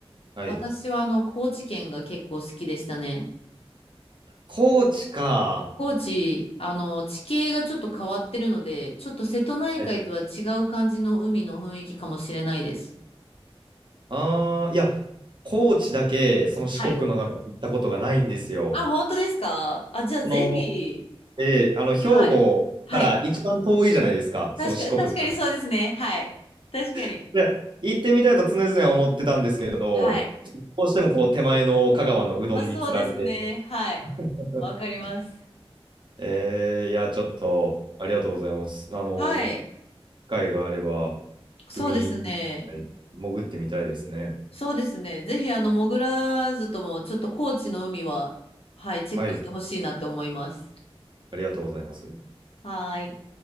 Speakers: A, on the right; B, on the left.
A: はい。
B: 私はあの、高知県が結構好きでしたね。
A: 高知か。
B: 高知、あの、地形がちょっと変わってるので、ちょっと瀬戸内海とは違う感じの海の雰囲気かもしれないです。
A: はい。あー、いや、高知だけ、その四国の中で行ったことがないんですよ。
B: はい。あ、本当ですかあ、じゃあぜひ、
A: その、えー、あの、兵庫から一番遠いじゃないですか、
B: はい。はい。
A: その四国。
B: 確か、確かにそうですね。はい。確かに。
A: いや、行ってみたいと常々思ってたんですけど、
B: はい。
A: どうしてもこう手前の香川のうどんにつられて、
B: まあそうですね。はい。
A: <laughs>
B: わかります。
A: えー、いや、ちょっとありがとうございます。あの、
B: はい。
A: 機会があれば、
B: そうですね。
A: 海、潜ってみたいですね。
B: そうですね。ぜひ、あの、潜らずとも、ちょっと高知の海は、はい、チェックしてほしいなって思います。
A: はい、ありがとうございます。
B: はーい。